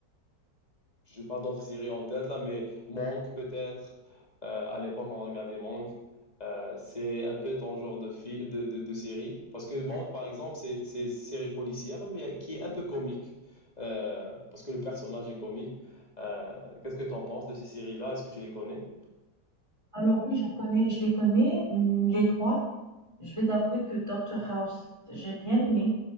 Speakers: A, on the left; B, on the right.
A: j'ai pas d'autres séries en tête là, mais Monk peut-être. Euh, à l'époque, on regardait Monk. Euh, c'est un peu ton genre de, fi- de, de, de série. Parce que Monk, par exemple, c'est c'est une série policière, mais qui est un peu comique. euh, parce que le personnage est comique. Euh, qu'est-ce que tu en penses de ces séries-là? Est-ce que tu les connais?
B: Alors oui, j'en connais, je les connais, hum, les trois. Je vais t'avouer que Doctor House, j'ai bien aimé.